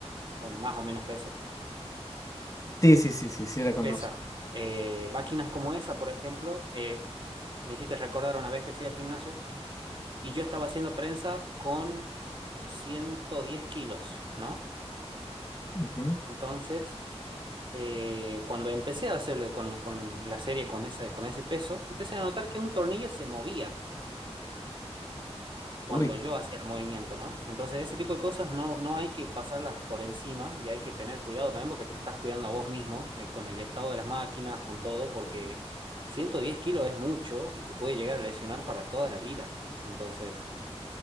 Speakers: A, on the right; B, on the left.
A: con más o menos peso.
B: sí, sí, sí, sí, sí, la conozco.
A: Esa. Eh, máquinas como esa, por ejemplo, eh, me hiciste recordar una vez que fui al gimnasio y yo estaba haciendo prensa con 110 kilos, ¿no?
B: Ujú.
A: Entonces, eh, cuando empecé a hacer con, con la serie con, esa, con ese peso, empecé a notar que un tornillo se movía. cuando
B: Uy,
A: yo hacía el movimiento, ¿no? Entonces, ese tipo de cosas no, no hay que pasarlas por encima y hay que tener cuidado también porque te estás cuidando a vos mismo eh, con el estado de las máquinas, con todo, porque 110 kilos es mucho y te puede llegar a lesionar para toda la vida. Entonces,